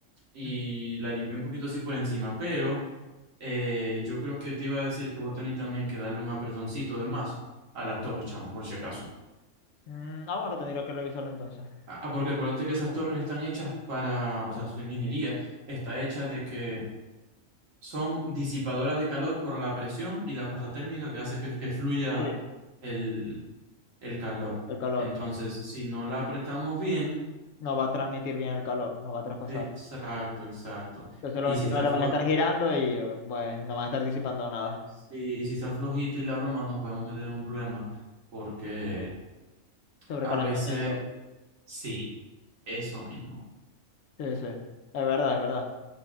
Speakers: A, on the right; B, on the left.
A: y
B: Mm,
A: la limpié un poquito así por encima, pero eh, yo creo que te iba a decir que vos tenés también que darle un apretoncito de más a la torre, chamo, por si acaso.
B: mm, ah, bueno, tendría que revisarlo entonces.
A: Ah, ah, porque acuérdate que esas torres están hechas para, o sea, su ingeniería está hecha de que son disipadoras de calor por la presión y la pasta térmica que hace que, que fluya
B: Sí.
A: el, el calor.
B: El calor.
A: Entonces, si no la apretamos bien,
B: No va a transmitir bien el calor, no va a traspasar.
A: exacto, exacto.
B: Entonces
A: Y
B: los ventiladores
A: si está flo-
B: van a estar girando y eh, pues no van a estar disipando nada.
A: si, si está flojita y la broma, nos podemos meter en un problema, porque
B: Sobrecalentamiento.
A: a veces, sí, eso mismo,
B: Sí, sí. Es verdad, es verdad.